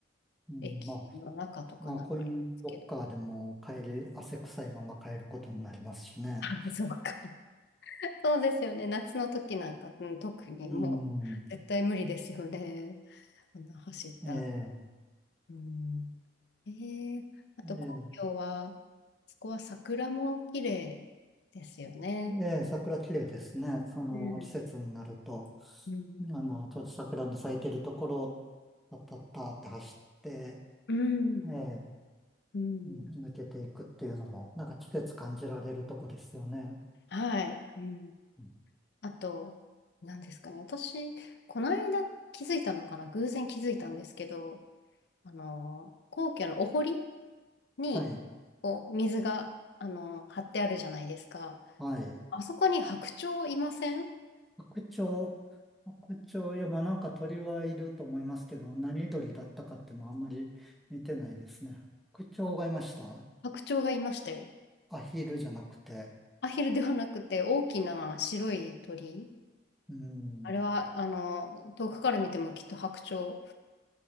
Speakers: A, in the centre; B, on the left (about 60°).
A: うん、
B: 駅の中とかなんかですけど。
A: まあ、まあ、コインロッカーでも買える、汗臭いまま買えることになりますしね。
B: あ、そうか。<laughs> そうですよね。夏の時なんか、うん、特にもう絶対無理ですよね。
A: うん、
B: <laughs> そんな走った。
A: ええ、
B: うん。えー、あと皇居は、
A: ええ、
B: そこは桜も綺麗ですよね。
A: ええ、桜綺麗ですね。その季節になると、
B: うん。うん
A: あの、ちょうど桜の咲いてるところを、パッパッパーって走って、
B: うん。
A: ええ、
B: うん。
A: うん、
B: うん
A: 抜けていくっていうのも、なんか季節感じられるとこですよね。
B: はい。うん。
A: うん
B: あと、何ですかね。私、この間気づいたのかな。偶然気づいたんですけど、あの、皇居のお堀に、
A: はい、
B: こう、水が、あの、張ってあるじゃないですか。
A: はい。
B: あそこに白鳥いません
A: 白鳥、白鳥、いや、まあなんか鳥はいると思いますけど、何鳥だったかっていうのはあんまり見てないですね。白鳥がいました
B: あの白鳥がいましたよ。
A: アヒルじゃなくて。
B: アヒルではなくて大きな白い鳥。
A: うん。
B: あれは、あの、遠くから見てもきっと白鳥